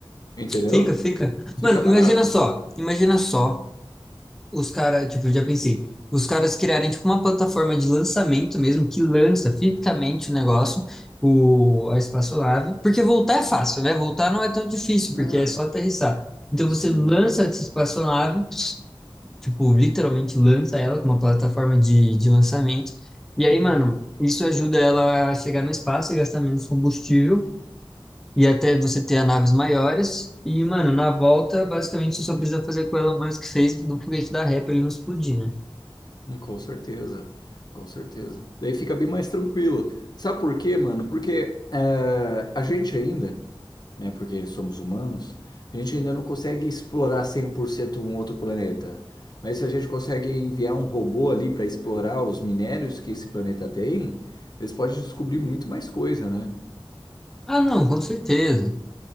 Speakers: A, on the left; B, in the centre.
A: entendeu?
B: Fica, fica.
A: Fica
B: Mano,
A: barato.
B: imagina só, imagina só os caras, tipo, eu já pensei, os caras criarem, tipo, uma plataforma de lançamento mesmo, que lança fisicamente o negócio, o, a espaçolave, porque voltar é fácil, né? Voltar não é tão difícil, porque
A: Ah,
B: é só aterrissar. Então
A: sim.
B: você lança essa espaçolave, tipo, literalmente lança ela com uma plataforma de, de lançamento, e aí,
A: Uhum.
B: mano, isso ajuda ela a chegar no espaço e gastar menos combustível, e até você ter as naves maiores. E, mano, na volta, basicamente, você só precisa fazer o que o Elon Musk fez do foguete da ré pra ele não explodir, né?
A: Hum, Com certeza, com certeza. Daí fica bem mais tranquilo. Sabe por quê, mano? Porque eh, a gente ainda. né? Porque somos humanos, a gente ainda não consegue explorar 100% um outro planeta. Mas se a gente consegue enviar um robô ali para explorar os minérios que esse planeta tem, eles podem descobrir muito mais coisa, né?
B: Ah, não, com certeza.